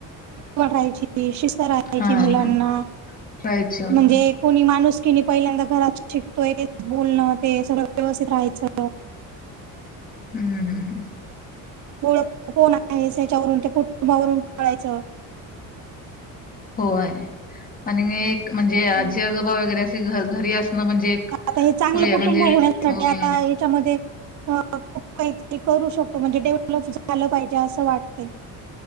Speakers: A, on the right; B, on the left.
A: वाटायची ती शिस्त राहायची
B: हा
A: मुलांना.
B: हा. राहायची हम्म
A: म्हणजे कोणी माणूसकीने पहिल्यांदाच घरात शिकतोय ते बोलणं ते सगळं व्यवस्थित राहायचं.
B: ह ह ह.
A: ओळख कोण आहे, ह्याच्यावरून त्या कुटुंबावरून कळायचं.
B: होय, आणि एक म्हणजे आजी
A: हम्म.
B: आजोबा वगैरे, असे घ- घरी असणं म्हणजे एक
A: आता हे चांगलं
B: वे
A: कुटुंब
B: म्हणजे
A: होण्यासाठी
B: होय
A: आता हे त्यामध्ये अ खूप काहीतरी करू शकतो, म्हणजे डेव्हलप झालं पाहिजे असं वाटतय.